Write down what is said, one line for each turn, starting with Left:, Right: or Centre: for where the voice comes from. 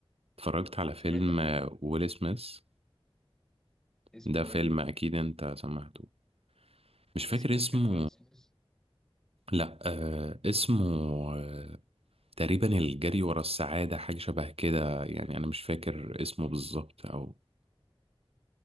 Right: اتفرجت على
Centre: سمعت
Right: فيلم آه، ويل سميث
Centre: اسمه
Right: ده فيلم
Centre: إيه
Right: اكيد انت سمعته مش فاكر
Centre: اسم
Right: اسمه
Centre: الفيلم ويل سميث
Right: لا آه اسمه آه تقريبا الجري ورا السعاده حاجه شبه كده يعني انا مش فاكر اسمه بالظبط او